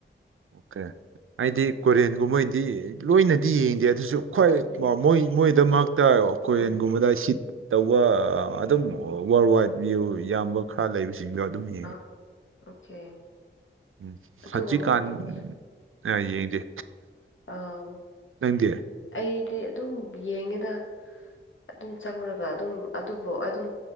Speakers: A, on the right; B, on the left.
A: ꯀꯩ ꯑꯩꯗꯤ ꯀꯣꯔꯤꯌꯟꯒꯨꯝꯕꯩꯗꯤ ꯂꯣꯏꯅꯗꯤ ꯌꯦꯡꯗꯦ ꯑꯗꯨꯁꯨ ꯈ꯭ꯋꯥꯏ
B: ꯎꯝ
A: ꯃꯣꯏ ꯃꯣꯏꯗꯣ ꯃꯔꯛꯇ ꯀꯣꯏꯔꯤꯌꯟꯒꯨꯝꯕꯗ
B: ꯎꯝ
A: ꯁꯤꯠ ꯇꯧꯕ ꯑꯗꯨꯝ ꯋꯥꯔꯜ ꯋꯥꯏꯗ ꯚ꯭ꯌꯨ ꯌꯥꯝꯕ ꯈꯔ ꯂꯩꯕꯁꯤ <unintelligible>
B: ꯑꯧ ꯑꯣꯀꯦ
A: ꯎꯝ
B: ꯑꯗꯨꯒꯨꯝꯕꯅ
A: ꯍꯖꯤꯛꯀꯥꯟ
B: ꯐꯩ.
A: ꯑ ꯌꯦꯡꯗꯦ
B: ꯑꯧ
A: ꯅꯪꯗꯤ
B: ꯑꯩꯗꯤ ꯑꯗꯨꯝ ꯌꯦꯡꯉꯦꯗ ꯑꯗꯨꯝ ꯆꯪꯔꯒ ꯑꯗꯨꯝ ꯑꯗꯨꯕꯨ ꯑꯗꯨꯝ